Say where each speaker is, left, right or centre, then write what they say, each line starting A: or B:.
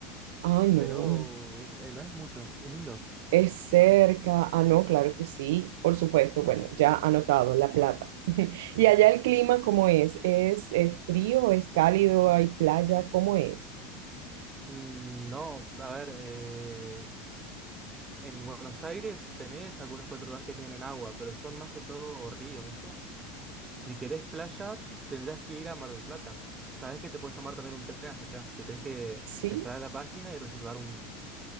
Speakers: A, on the right; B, on the right.
A: Ah, no.
B: pero eh, no es mucho, es lindo.
A: Es cerca. Ah, no, claro que sí, por supuesto. Bueno, ya anotado, La Plata. <laughs> ¿Y allá el clima cómo es? ¿Es, eh, frío? ¿Es cálido? ¿Hay playa? ¿Cómo es?
B: Mm, No, a ver, eh, en Buenos Aires tenés algunos cuatro lugares que tienen agua, pero son más que todo ríos, ¿viste? Si querés playa, tendrás que ir a Mar del Plata. Sabés que te puedes tomar también un tren hasta allá. Te tenés que
A: Sí,
B: entrar a la página y reservar un,